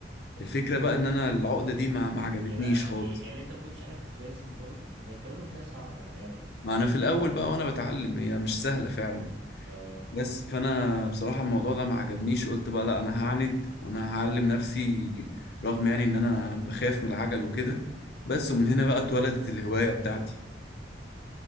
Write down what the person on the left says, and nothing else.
الفكرة بقى ان انا العقدة دي ما ما عجبتنيش
خالص
ما انا في الاول بقى وانا بتعلم هي مش سهلة فعلا
بس فانا بصراحة الموضوع ده ما عجبنيش قلت بقى لا انا هعند وانا هعلم نفسي رغم يعني ان انا بخاف من العجل وكده بس ومن هنا بقى اتولدت الهواية بتاعتي